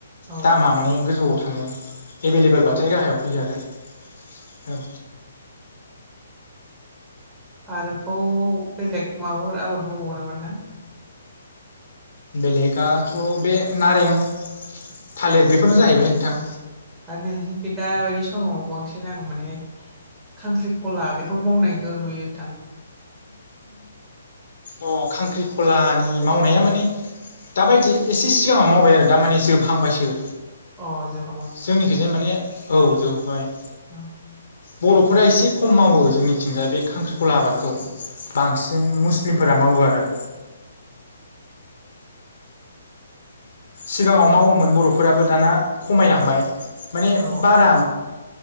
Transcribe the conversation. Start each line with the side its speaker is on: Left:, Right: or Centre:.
Right: औ
Left: दामा
Right: नोंथां
Left: माने गोजौआव थाङो एभेलेबेलबाथाय
Right: औ
Left: गाहायाव फैयो आरो। औ
Right: आरोबाव बेलेग माबाफोर आबाद मावबावो नामा नोंथां?
Left: बेलेगाथ' बे नारें, थालेर बेफोरनो जाहैबाय नोंथां।
Right: आरो नोंसिनिथि दा बायदि समाव बांसिन आङो माने खांख्रिखला बेखौ मावनायखो नुयो नोंथां।
Left: अ खांख्रिखलानि मावनाया माने दाबायदि एसे सिगाङाव मावबाय आरो दा माने जोबहांबायसो।
Right: अ जोब
Left: जोंनिखैजाय माने औ जोबबाय।
Right: <inaudible>
Left: बर'फोरा एसे खम मावो जोंनिथिंजाय बे खांख्रिखला आबादखौ। बांसिन मुस्लिमफोरा मावो आरो। सिगाङाव मावोमोन बर'फोराबो दाना खमायलांबाय। माने
Right: औ
Left: बारा